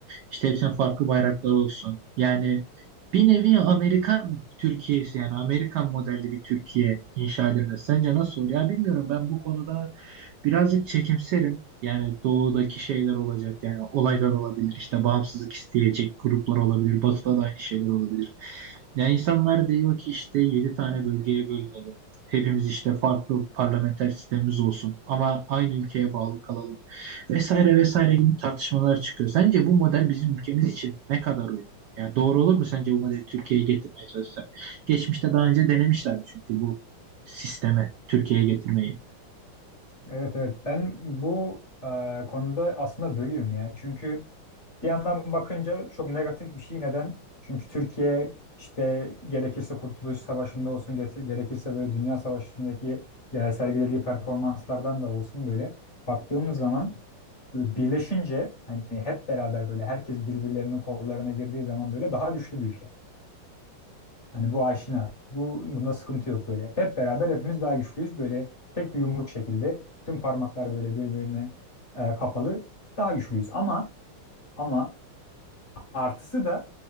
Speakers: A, on the right; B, on the left.
A: İşte hepsinin farklı bayrakları olsun. Yani bir nevi Amerikan Türkiye'si yani Amerikan modelli bir Türkiye inşa edilmesi. Sence nasıl olur? Ya bilmiyorum ben bu konuda Birazcık çekimserim. Yani doğudaki şeyler olacak yani olaylar olabilir işte bağımsızlık isteyecek gruplar olabilir batıda da aynı şeyler olabilir. Yani insanlar diyor ki işte 7 tane bölgeye bölünelim. Hepimiz işte farklı parlamenter sistemimiz olsun ama aynı ülkeye bağlı kalalım vesaire vesaire gibi tartışmalar çıkıyor. Sence bu model bizim ülkemiz için ne kadar uyumlu? Yani doğru olur mu sence bu modeli Türkiye'ye getirmeye çalışsak? Geçmişte daha önce denemişlerdi çünkü bu sisteme Türkiye'ye getirmeyi.
B: Evet evet ben bu e, konuda aslında bölüyorum ya. Çünkü bir yandan bakınca çok negatif bir şey. Neden? Çünkü Türkiye işte gerekirse Kurtuluş Savaşı'nda olsun getir, gerekirse böyle Dünya Savaşı'ndaki ya sergilediği performanslardan da olsun böyle baktığımız zaman böyle birleşince hani hep beraber böyle herkes birbirlerinin kollarına girdiği zaman böyle daha güçlü bir ülke. Hani bu aşina. Bu, bunda sıkıntı yok böyle. Hep beraber hepimiz daha güçlüyüz. Böyle tek bir yumruk şekilde. Bütün parmaklar böyle birbirine e, kapalı. Daha güçlüyüz. Ama ama artısı da